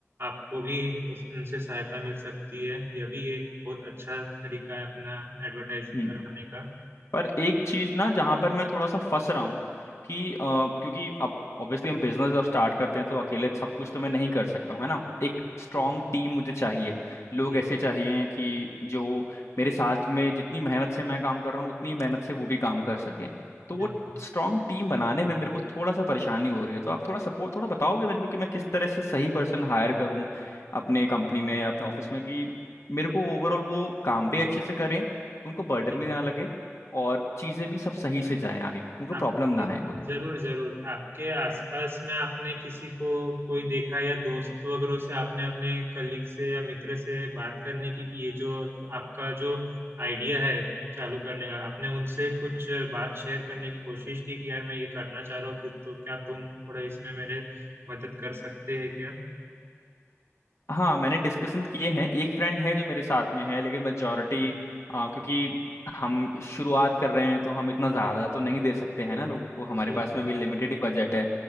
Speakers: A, on the right; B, on the left.
A: आपको भी उस- उनसे सहायता मिल सकती है यह भी एक बहुत अच्छा तरीका है अपना एडवर्टाइजिंग
B: हम्म
A: करवाने का
B: पर एक चीज ना जहां पर मैं थोड़ा सा फंस रहा हूँ कि अ, क्योंकि अब ऑब्वियसली हम बिजनेस जब स्टार्ट करते हैं तो अकेले सब कुछ तो मैं नहीं कर सकता हूँ है ना एक
A: तो,
B: स्ट्रांग टीम मुझे चाहिए लोग
A: जी
B: ऐसे चाहिए कि जो मेरे साथ में जितनी मेहनत से मैं काम कर रहा हूँ उतनी मेहनत से वो भी काम कर सके तो
A: बिल्कुल
B: वो स्ट्रांग टीम बनाने में मेरे को थोड़ा सा परेशानी हो रही है तो आप थोड़ा सपोर्ट थोड़ा बताओगे मेरे को कि मैं किस तरह से सही पर्सन हायर करूँ अपने कंपनी में अपने ऑफिस में कि मेरे को ओवरऑल वो काम भी अच्छे से करें उनको बर्डन
A: जी
B: भी ना लगे और चीज़ें भी सब सही से जाएं आगे उनको
A: आपके
B: प्रॉब्लम ना आए कोई
A: जरूर जरूर आपके आसपास में आपने किसी को कोई देखा या दोस्त वगैरह से आपने अपने कलीग से या मित्र से बात करने की कि ये जो आपका जो आइडिया है चालू करने का आपने उनसे कुछ बात शेयर करने की कोशिश की कि यार मैं ये करना चाह रहा हूँ कि तो क्या तुम थोड़ा इसमें मेरे मदद कर सकते हैं क्या
B: हाँ मैंने डिस्कशन किए हैं एक फ्रेंड है जो मेरे साथ में है लेकिन मेजोरिटी क्योंकि हम शुरुआत कर रहे हैं तो हम इतना ज़्यादा तो नहीं दे सकते हैं ना लोगों को हमारे
A: बिल्कुल
B: पास में भी लिमिटेड ही बजट है